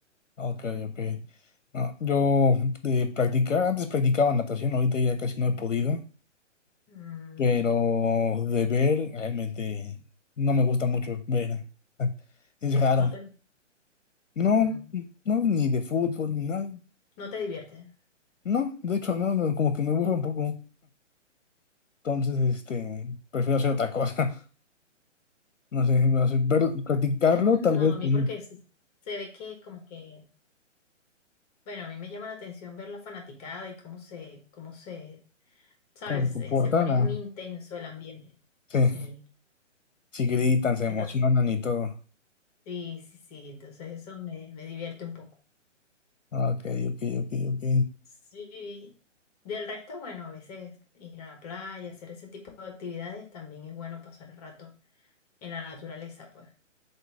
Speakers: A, on the left (about 75°); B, on the left (about 30°).
A: Ah, Ok, ok. No, yo de practicar, antes practicaba natación, ahorita ya casi no he podido,
B: Mm,
A: pero
B: qué bueno.
A: de ver realmente no me gusta mucho ver. Es raro.
B: No te,
A: No,
B: mm,
A: no, ni de fútbol, ni nada.
B: no te divierte.
A: No, de hecho, no, no, como que me aburre un poco. Entonces, este, prefiero hacer otra cosa. <laughs> No sé, no sé, ver, practicarlo,
B: No,
A: tal vez,
B: a mí
A: mm,
B: porque sí se ve que como que, bueno, a mí me llama la atención ver la fanaticada y cómo se, cómo se, sabes,
A: cómo se comportan.
B: Eh, se pone
A: ah,
B: muy intenso el ambiente.
A: sí,
B: Sí,
A: si gritan, se emocionan
B: entonces,
A: y todo.
B: sí, sí, sí, entonces eso me, me divierte un poco.
A: Ah, Ok, ok, ok, ok.
B: Sí, del resto, bueno, a veces ir a la playa, hacer ese tipo de actividades, también es bueno pasar el rato en la naturaleza, pues,